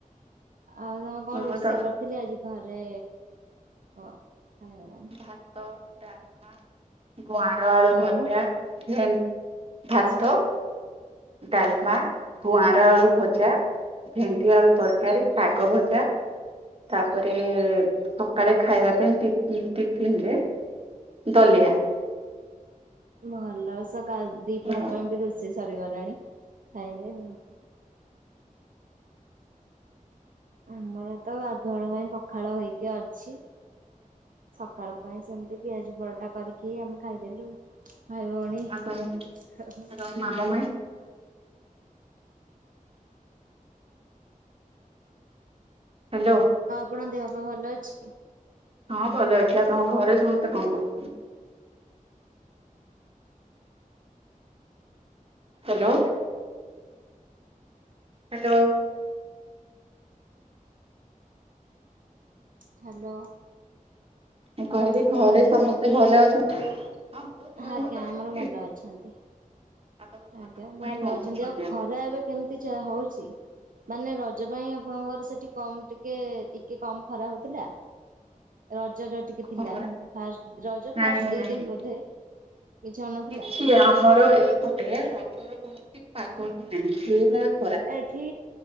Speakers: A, on the right; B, on the right.
A: ଆଉ ତମେ କଣ
B: ମୁଁ
A: ରୋଷେଇ
B: ତ
A: କରିଥିଲି ଆଜି ଘରେ କ? ଖାଇବା ପାଇଁ?
B: ଭାତ ଡାଲମା ଗୁଆଁର ଆଳୁ
A: ଆଜ୍ଞା।
B: ଭଜା ଭେନ
A: ଆଚ୍ଛା।
B: ଭାତ। ଡାଲମା, ଗୁଆଁର ଆଳୁ ଭଜା। ଭେଣ୍ଡି ଆଳୁ ତରକାରୀ, ଶାଗ ଭଜା। ତାପରେ ସକାଳେ ଖାଇବା ପାଇଁ ଟିପି ଟିଫିନ ରେ ଦଲିଆ।
A: ଭଲ ସେ ଗାଇ ଦୀପହର
B: ଆଉ
A: ପାଇଁ ବି ରୋଷେଇ ସରିଗଲାଣି ଖାଇବେ ଆଉ। ଆମର ତ ଗାଧୁଆଳ ପାଇଁ ପଖାଳ ହେଇକି ଅଛି। ସକାଳ ପାଇଁ ସେମିତି ପିଆଜ ପରଟା କରିକି ଆମେ ଖାଇଦେଲୁ। ଭାଇ ଭଉଣୀ।
B: ତମ
A: ହୋଓ।
B: ତମ ମାମୁଁ ମାଇଁ ହାଲୋ।
A: ଆପଣ ଦେହ ପା ଭଲ ଅଛି।
B: ହଁ ଭଲ ଅଛି। ଆଉ ତମ ଘରେ ସମସ୍ତେ କଣ କରୁଚନ୍ତି। ହାଲୋ। ହାଲୋ।
A: ହାଲୋ।
B: ମୁଁ କହିଲି
A: ଆପଣଙ୍କ
B: ଘରେ
A: ଦେହ
B: ସମସ୍ତେ
A: ପା ଭଲ।
B: ଅଛନ୍ତି? ହଁ ମୋ ଦେହ
A: ଆଜ୍ଞା
B: ଭଲ ଅଛି
A: ଆମର ଭଲ ଅଛନ୍ତି।
B: ଆଉ ତମ ମାମୁଁ
A: ଆଜ୍ଞା ଭଲ
B: ମାଇଁ କଣ
A: ଅଛନ୍ତି।
B: କରୁଛନ୍ତି
A: ଆଉ ଖରା ଏବେ କେମିତି ଚା ହଉଚି। ମାନେ ରଜ ପାଇଁ ଆପଣଙ୍କର ସେଠି କମ ଟିକେ ଟିକେ କମ ଖରା ହଉଥିଲା। ରଜ ତ ଟିକେ ଥିଲା।
B: ଖରା
A: ଫାଷ୍ଟ ରଜ
B: ନାଇଁ
A: ଫାଷ୍ଟ ଦି
B: ନାଇଁ
A: ଦିନ ବୋଧେ? କିଛି ହଉନଥିଲା?
B: କିଛି ଆମର ଏପେଟ ରଜର କୌଣସି ପାଗ ହି ନାହିଁ। <unintelligible>
A: ଏଠି